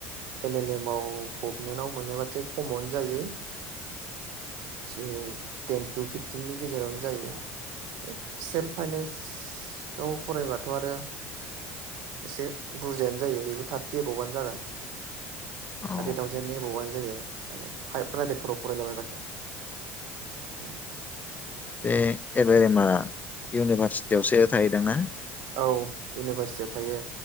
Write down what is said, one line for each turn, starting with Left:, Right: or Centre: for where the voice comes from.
Right: एल एलएम आव गभमेन्टाव मोनोब्लाथाय खमावनो जायो। थिन टेन टु फिफटिननि गेजेरावनो जायो सेल्फ फाइनेन्सआव फरायबाथ आरो एसे बुरजायानो जायो बेबो थार्टि एबबआनो जागोन।
Left: औ
Right: थारटि थावजेन नि एबाब आन जायो फाइ प्राइभेटफोराव फरायलाबायबाथाय उम।
Left: बे एबेरेमा इउनिभार्सि जौसेया थायोदां ना?
Right: औ इउनिभारसिटियाव थायो